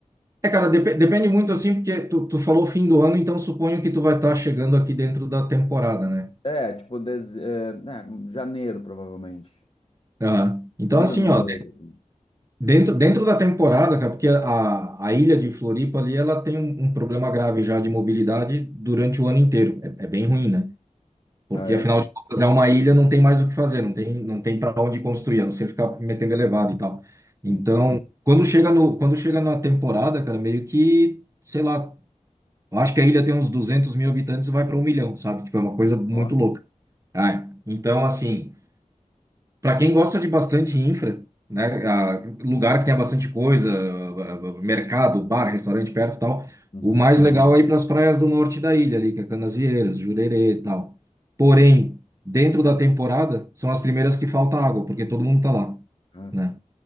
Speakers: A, on the right; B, on the left.
A: É, cara, depe- depende muito assim, porque tu, tu falou fim do ano, então suponho que tu vai estar chegando aqui dentro da temporada, né?
B: É, tipo, des, é, né, janeiro, provavelmente.
A: Aham. Então,
B: Depois
A: assim,
B: do ano
A: ó,
B: novo. assim.
A: dentro, dentro da temporada, cara, porque a, a ilha de Floripa ali, ela tem um, um problema grave já de mobilidade durante o ano inteiro. É, é bem ruim, né? Porque,
B: Ah, é?
A: afinal de contas, é uma ilha, não tem mais o que fazer, não tem, não tem para onde construir, a não ser ficar metendo elevado e tal.
B: Sim.
A: Então, quando chega no, quando chega na temporada, cara, meio que, sei lá, eu acho que a ilha tem uns 200 mil habitantes e vai para um milhão, sabe? Tipo, é uma coisa muito
B: Nossa.
A: louca. Ah, então, assim. Para quem gosta de bastante infra, né, a- lugar que tenha bastante coisa, a- a- mercado, bar, restaurante perto e tal,
B: Uhum.
A: o mais legal é ir para as praias do norte da ilha ali, que é Canasvieiras, Jurerê e tal. Porém, dentro da temporada, são as primeiras que falta água, porque todo mundo tá lá,
B: Ah,
A: né?
B: sim.